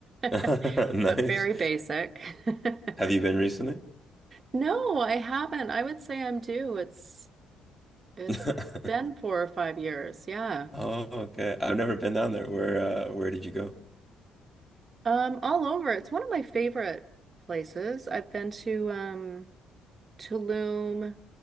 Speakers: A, in the centre; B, on the right.
A: <laughs>
B: <laughs>
A: Nice.
B: but very basic.
A: Have you been
B: <laughs>
A: recently?
B: No, I haven't. I would say I'm due. It's it's
A: <laughs>
B: been four or five years. Yeah.
A: Oh, okay. I've never been down there. Where uh where did you go?
B: Um, all over. It's one of my favorite places. I've been to um Tulum,